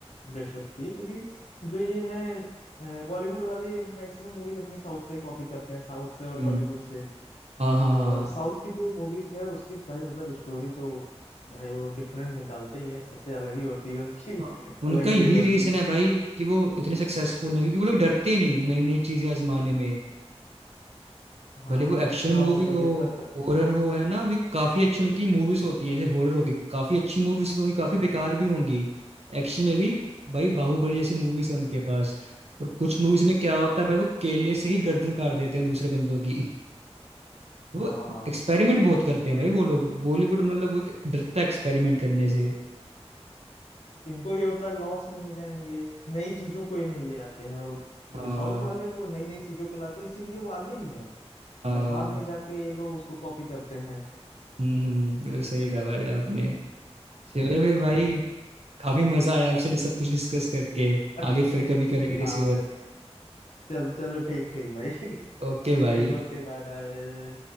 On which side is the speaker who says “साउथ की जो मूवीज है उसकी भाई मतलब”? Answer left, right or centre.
Left